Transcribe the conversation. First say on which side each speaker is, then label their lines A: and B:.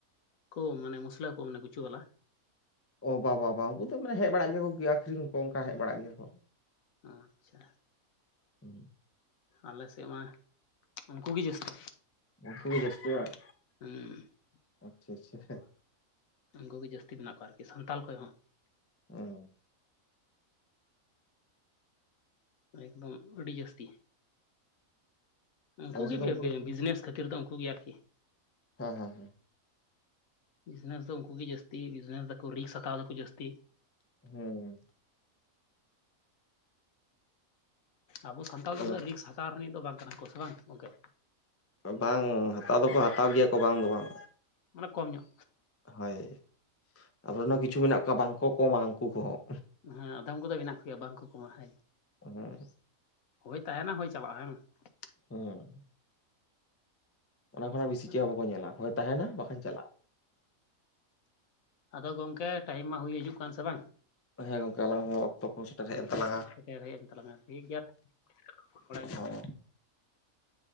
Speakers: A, on the left (about 75°); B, on the left (about 20°).
A: ᱠᱚ ᱢᱟᱱᱮ ᱢᱩᱥᱞᱟ ᱠᱚ ᱢᱟᱱᱮ ᱜᱩᱪᱩ ᱵᱟᱞᱟ
B: ᱚ ᱵᱟᱵᱟᱵᱟ ᱩᱱᱠᱩ ᱫᱚ ᱢᱟᱱᱮ ᱦᱮᱡ ᱵᱟᱲᱟᱜ ᱜᱮᱭᱟ ᱠᱚ ᱟᱠᱷᱨᱤᱧ ᱠᱚ ᱚᱱᱠᱟ ᱦᱮᱡ ᱵᱟᱲᱟᱜ ᱜᱮᱭᱟ ᱠᱚ
A: ᱟᱪᱪᱷᱟ
B: ᱦᱮᱸ <inaudible>
A: ᱟᱞᱮ ᱥᱮᱫ ᱢᱟ ᱩᱱᱠᱩ ᱜᱮ ᱡᱟᱹᱥᱛᱤ
B: ᱩᱱᱠᱩ ᱜᱮ ᱡᱟᱹᱥᱛᱤ ᱵᱟᱝ?
A: ᱦᱮᱸ
B: ᱟᱪᱪᱷᱟ ᱟᱪᱪᱷᱟ <inaudible>
A: ᱩᱱᱠᱩᱜᱮ ᱡᱟᱹᱥᱛᱤ ᱢᱮᱱᱟᱜ ᱠᱚᱣᱟ ᱟᱨᱠᱤ ᱥᱟᱱᱛᱟᱞ ᱠᱷᱚᱡ ᱦᱚᱸ
B: ᱚ
A: ᱮᱠᱫᱚᱢ ᱟᱹᱰᱤ ᱡᱟᱹᱥᱛᱤ ᱩᱱᱠᱩ
B: ᱟᱞᱮ ᱥᱮᱫ
A: ᱜᱮ
B: ᱫᱚ ᱫᱚ
A: ᱵᱤᱡᱽᱱᱮᱥ ᱠᱷᱟᱹᱛᱤᱨ ᱫᱚ ᱩᱱᱠᱩ ᱜᱮ ᱟᱨᱠᱤ
B: ᱦᱮᱸ ᱦᱮᱸ ᱦᱮᱸ
A: ᱵᱤᱡᱽᱱᱮᱥ ᱫᱚ ᱩᱱᱠᱩ ᱜᱮ ᱡᱟᱹᱥᱛᱤ ᱵᱤᱡᱱᱮᱥ ᱫᱟᱠᱚ ᱨᱤᱠᱥ ᱦᱟᱛᱟᱣ ᱫᱟᱠᱚ ᱡᱟᱹᱥᱛᱤ
B: ᱦᱮᱸ
A: ᱟᱵᱚ ᱥᱟᱱᱛᱟᱲ ᱫᱚ
B: ᱟᱞᱮ
A: ᱩᱱᱟᱹᱜ ᱨᱤᱠᱥ ᱦᱟᱛᱟᱣ ᱨᱤᱱᱤᱡ ᱫᱚ ᱵᱟᱝ ᱠᱟᱱᱟ ᱠᱚ ᱥᱮ ᱵᱟᱝ ᱜᱚᱝᱠᱮ
B: ᱵᱟᱝ ᱦᱟᱛᱟᱣ ᱫᱚᱠᱚ ᱦᱟᱛᱟᱣ ᱜᱮᱭᱟ ᱠᱚ ᱵᱟᱝ ᱫᱚ ᱵᱟᱝ
A: ᱢᱟᱱᱮ ᱠᱚᱢ ᱧᱚᱜ
B: ᱦᱳᱭ ᱟᱵᱚᱨᱮᱱ ᱠᱤᱪᱷᱩ ᱢᱮᱱᱟᱜ ᱠᱚᱣᱟ ᱵᱟᱝᱠᱚ ᱠᱚᱢᱟ ᱩᱱᱠᱩ ᱠᱚᱦᱚᱸ
A: ᱦᱮᱸ ᱟᱫᱚᱢ ᱠᱚᱫᱚ ᱢᱮᱱᱟᱜ ᱠᱚᱭᱟ ᱵᱟᱝ ᱠᱚ ᱠᱚᱢᱟ ᱦ
B: ᱦᱮᱸ
A: ᱦᱳᱭ ᱛᱟᱦᱮᱸᱱᱟ ᱦᱳᱭ ᱪᱟᱞᱟᱜᱼᱟ <unintelligible>
B: ᱦᱮᱸ ᱚᱱᱟ ᱠᱷᱚᱱᱟᱜ ᱵᱮᱥᱤ
A: <unintelligible>
B: ᱪᱮᱫ ᱦᱚᱸ ᱵᱟᱠᱚ ᱧᱮᱞᱟ ᱦᱳᱭ ᱛᱟᱦᱮᱱᱟ ᱵᱟᱠᱷᱟᱱ ᱪᱟᱞᱟᱜᱼᱟ
A: ᱟᱫᱚ ᱜᱚᱝᱠᱮ ᱴᱟᱭᱤᱢ ᱢᱟ ᱦᱩᱭ ᱦᱤᱡᱩᱜ ᱠᱟᱱ ᱥᱮ ᱵᱟᱝ
B: ᱦᱮᱸ ᱜᱚᱝᱠᱮ ᱟᱞᱟᱝ ᱦᱚᱸ ᱚᱠᱛᱚ ᱠᱚᱦ ᱥᱮᱴᱮᱨ ᱦᱮᱡ
A: ᱦᱮᱸ
B: ᱮᱱ ᱛᱟᱞᱟᱝᱟ
A: ᱥᱮᱴᱮᱨ ᱦᱮᱡ ᱮᱱ ᱛᱟᱞᱟᱝᱟ ᱴᱷᱤᱠ ᱜᱮᱭᱟ <unintelligible>
B: ᱦᱮᱸ